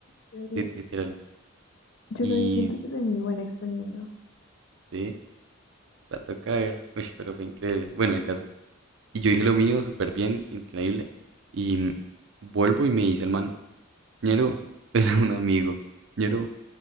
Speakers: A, on the left; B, on the right.
A: serio,
B: li- literal.
A: Yo
B: Y
A: también siento que soy muy buena exponiendo.
B: sí, la toca ver. <laughs> Uy, pero fue increíble. Bueno, el caso. Y yo dije lo mío, súper bien, increíble. Y vuelvo y me dice el man, ñero, <laughs> era un amigo, ñero,